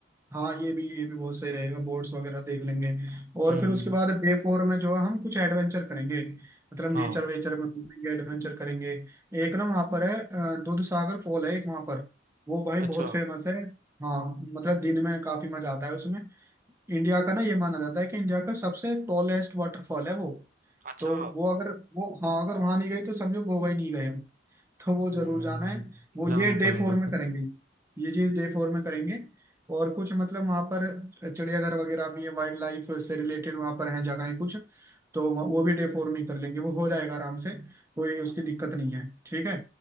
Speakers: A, on the right; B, on the right.
A: हाँ ये भी ये भी बहुत सही रहेगा बोट्स वगैरह देख लेंगे और
B: हम्म
A: फिर उसके बाद डे फोर में जो है हम कुछ एडवेंचर करेंगे मतलब
B: हाँ
A: नेचर वेचर में घूमेंगे एडवेंचर करेंगे एक ना वहाँ पर है अ, दूध सागर फॉल है एक वहाँ पर वो भाई
B: अच्छा
A: बहुत फेमस है हाँ मतलब दिन में काफी मजा आता है उसमें इंडिया का ना ये माना जाता है कि इंडिया का सबसे टॉलेस्ट वाटरफॉल है वो
B: अच्छा
A: तो वो अगर वो हाँ अगर वहाँ नहीं गए तो समझो गोवा ही नहीं गए हम तो वो जरूर
B: हम्म
A: जाना है वो
B: जाना
A: ये डे
B: पड़ेगा
A: फोर में
B: फिर
A: करेंगे ये चीज डे फोर में करेंगे और कुछ मतलब वहाँ पर चिड़ियाघर वगैरह भी है वाइल्ड लाइफ से रिलेटेड वहाँ पर हैं जगहें कुछ तो वह- वो भी डे फोर में ही कर लेंगे वो हो जाएगा आराम से कोई
B: हम्म,
A: उसकी दिक्कत नहीं है ठीक है